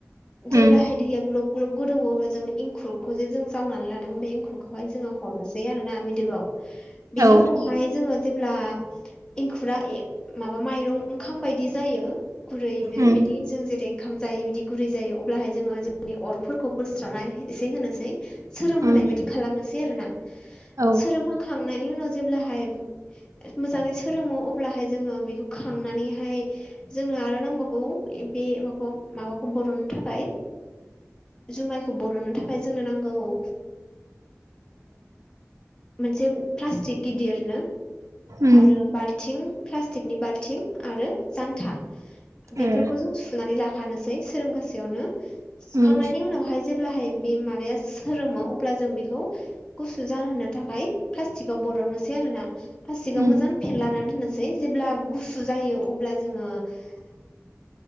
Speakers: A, on the left; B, on the right.
A: जेब्लाहाय
B: उम
A: दैया ग्लब ग्लब गोदौवो अब्ला जों एंखुरखौ जे जों जावनानै लादोंमोन बे एंखुरखौहाय जोङो हरनोसै आरोना बे दोआव बिनि
B: औ
A: उनावहाय जोङो जेब्ला एंखुरा ए माबा माइरं ओंखाम बायदि जायो गुरैनो
B: उम
A: बिदि जों जेरै खाम जायो बिदि गुरै जायो अब्लाहाय जोङो जोंनि अरफोरखौ बोस्रांना एसे होनोसै सोरोम होनो
B: उम
A: नायबादि खालामनोसै आरोना
B: औ
A: सोरोम होखांनायनि उनाव जेब्लाहाय मोजाङै सोरोमो अब्लाहाय जोङो बेखौ खांनानैहाय जोंनो आरो नांबावगौ ए बे माखौबा माबाखौ बर'नो थाखाय जुमायखौ बर'ननो थाखाय जोंनो नांगौ ओ मोनसे प्लास्टिक गिदिरनो
B: उम
A: आरो बाल्थिं प्लास्टिकनि बाल्थिं आरो जान्था बेफोरखौ
B: ए
A: जों सुनानै लाखानोसै सोरोमगासेयावनो सुखांनायनि
B: उम
A: उनावहाय जेब्लाहाय बे माबाया सोरोमो अब्ला जों बेखौ गुसु जाहोनो थाखाय प्लास्टिकआव ब बर'ननोसै आरोना प्लास्टिकाव
B: उम
A: मोजां फेनलानान दोननोसै जेब्ला गुसु जायो अब्ला जोङो <unintelligible>